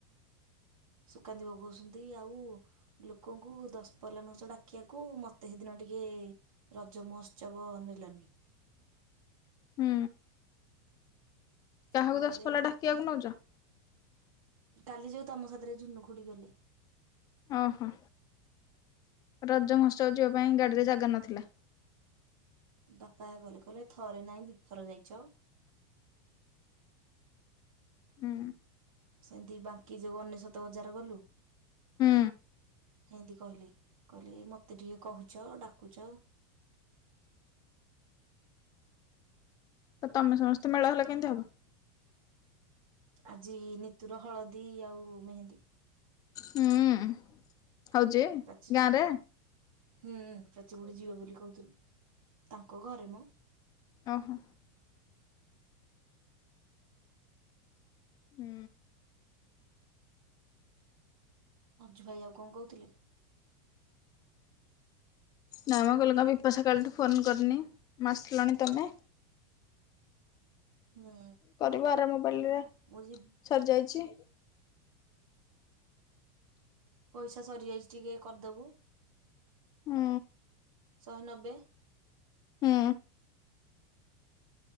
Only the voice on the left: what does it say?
ହୁଁ। କାହାକୁ
ଦଶପଲା
ଡାକିବାକୁ ନଉଛ?
ଓହୋ ରଜମହୋତ୍ସ ଚ ଯିବା ପାଇଁ ଗାଡିରେ ଜାଗା ନଥିଲା।
ହୁଁ
ହୁଁ।
ତ ତମେ ସମସ୍ତେ ମେଳ ହେଲା କେମିତି ହବ?
ହୁଁ। ହଉଛି
ଗାଁରେ।
ଓହୋ। ହୁଁ।
ନାମ ଗଲଙ୍ଗ ବିପାସା କାଲିଠୁ। ଫୋନ କରିନି ମା ଆସିଲାଣି। ତମେ?
କରିବ ଆରାମବଲରେ
ସରିଯାଇଛି।
ହୁଁ।
ହୁଁ।